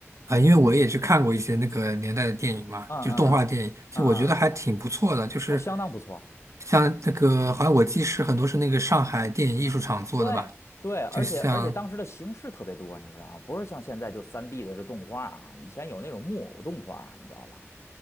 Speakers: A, on the right; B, on the left.
A: 啊、因为我也去看过一些那个年代的电影嘛，
B: 嗯嗯嗯嗯嗯嗯，
A: 就是动画电影，就我觉得还挺不错的，就是
B: 哦，相当不错。
A: 像那个，好像我记是很多是那个上海电影艺术厂做的吧。
B: 对对，而且而且当时的形式特别多，
A: 就像，
B: 你知道吗，不是像现在就是三 D 的这动画啊，以前有那种木偶动画，你知道吧？